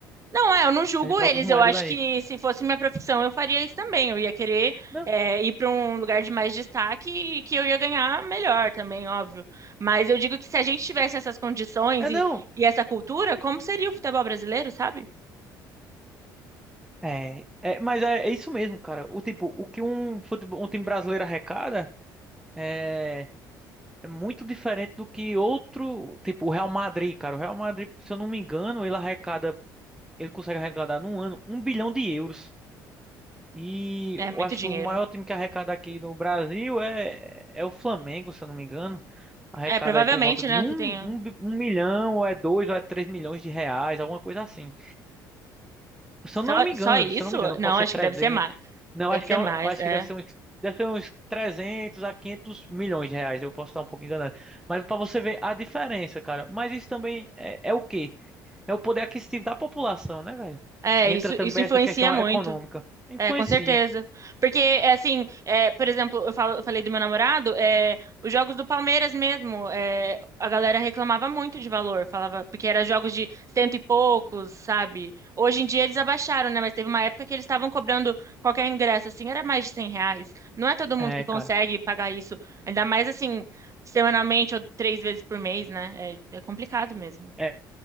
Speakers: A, on the right; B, in the centre.
A: Não, é, eu não julgo
B: perde para
A: eles.
B: outras moedas
A: Eu acho
B: aí.
A: que se fosse minha profissão, eu faria isso também. Eu ia querer
B: Não,
A: é, ir para um lugar de mais destaque e que eu ia ganhar melhor também, óbvio. Mas eu digo que se a gente tivesse essas condições
B: é
A: e,
B: não.
A: e essa cultura, como seria o futebol brasileiro, sabe?
B: É, é, mas é, é isso mesmo, cara. O tipo, o que um futebol, um time brasileiro arrecada, é É muito diferente do que outro, tipo o Real Madrid, cara. O Real Madrid, se eu não me engano, ele arrecada, ele consegue arrecadar num ano um bilhão de euros. E
A: É
B: eu
A: muito
B: acho
A: dinheiro,
B: que o maior
A: né?
B: time que arrecada aqui no Brasil é, é o Flamengo, se eu não me engano. Arrecada
A: É, provavelmente,
B: aí por volta de
A: né,
B: um,
A: que tenha
B: um, bi- um milhão, ou é dois, ou é três milhões de reais, alguma coisa assim. Se
A: só,
B: eu não me engano,
A: só isso?
B: se eu não me engano,
A: Não,
B: pode ser
A: acho
B: 300.
A: que deve ser mais.
B: Não,
A: Deve
B: acho
A: ser
B: que, é
A: mais,
B: um- acho
A: é.
B: que deve ser uns, deve ser uns 300 a quinhentos milhões de reais. Eu posso estar um pouco enganado. Mas para você ver a diferença, cara. Mas isso também é, é o quê? É o poder aquisitivo da população, né, velho?
A: É,
B: Entra
A: isso,
B: também
A: isso influencia
B: essa questão
A: muito.
B: econômica. Influencia.
A: É, com certeza. Porque, é, assim, é, por exemplo, eu falo- eu falei do meu namorado, é, os jogos do Palmeiras mesmo, é, a galera reclamava muito de valor, falava, porque eram jogos de cento e poucos, sabe? Hoje em dia eles abaixaram, né? Mas teve uma época que eles estavam cobrando qualquer ingresso, assim, era mais de cem reais. Não é todo mundo
B: É,
A: que consegue
B: cara.
A: pagar isso, ainda mais, assim, semanalmente ou três vezes por mês, né? É, é complicado mesmo.
B: É,